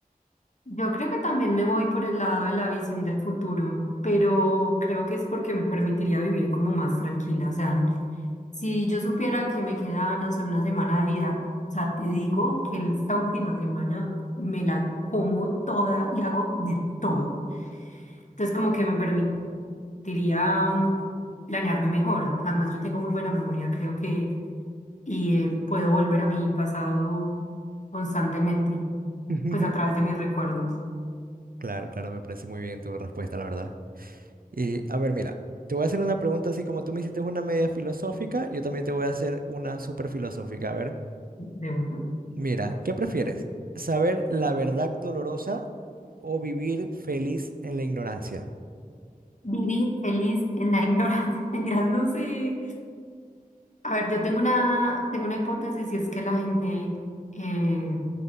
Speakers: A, on the left; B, on the right.
A: Yo creo que también me voy por el lado de la visión del futuro, pero creo que es porque me permitiría vivir como más tranquila. O sea, si yo supiera que me queda, no sé, una semana de vida, o sea, te digo que esta última semana me la como toda y hago de todo. Entonces, como que me permitiría mm, planearme mejor. Además, yo tengo muy buena memoria, creo que, y eh, puedo volver a mi pasado constantemente,
B: <laughs>
A: pues a través de mis recuerdos
B: Claro, claro, me parece muy bien tu respuesta, la verdad. Y a ver, mira, te voy a hacer una pregunta así como tú me hiciste una media filosófica, yo también te voy a hacer una súper filosófica. A ver,
A: de uno.
B: mira, ¿qué prefieres? ¿Saber la verdad dolorosa o vivir feliz en la ignorancia?
A: Vivir feliz en la ignorancia. <laughs> Mentiras, no sé. A ver, yo tengo una, tengo una hipótesis y es que la gente eh,